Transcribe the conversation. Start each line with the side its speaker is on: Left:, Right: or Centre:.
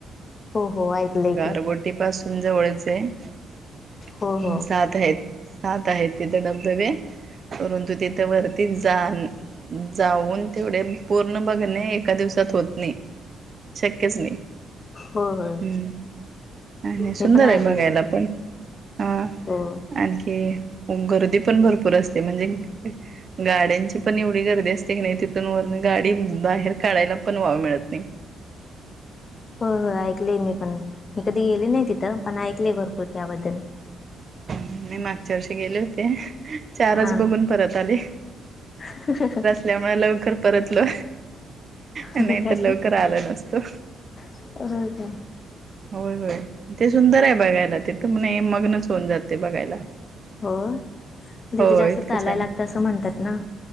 Left: हो हो ऐकलंय
Right: गारगोटी
Left: की
Right: पासून जवळच आहे.
Left: हो हो
Right: सात आहेत. सात आहेत तिथं धबधबे. परंतु तिथ वरती जा न जाऊन तेवढे पूर्ण बघणे एका दिवसात होत नाही. शक्यच नाही.
Left: हो होय
Right: हं. आणि नाही सुंदर
Left: मी पण
Right: आहे
Left: ऐकले
Right: बघायला पण. हा.
Left: हो.
Right: आणखी, गर्दी पण भरपूर असते. म्हणजे गाड्यांची पण एवढी गर्दी असते की नाही. तिथून वरन गाडी बाहेर काढायला पण वाव मिळत नाही.
Left: हो हो ऐकलेय मी पण. मी कधी गेली नाही तिथं. पण ऐकलेय भरपूर त्याबद्दल.
Right: हं. मी मागच्या वर्षी गेले होते, चारज
Left: हा
Right: बघून परत आली.
Left: <unintelligible>
Right: त्यामुळे लवकर परतलो. नाही
Left: काय
Right: तर लवकर आलं नसतो.
Left: हो का
Right: होय होय. ते सुंदर आहे बघायला. तीथ म नही मग्नच होऊन जाते बघायला.
Left: होय? तिथं
Right: हो
Left: जास्त
Right: इतकं
Left: चालायला
Right: छान आहे.
Left: लागतं असं म्हणतात ना?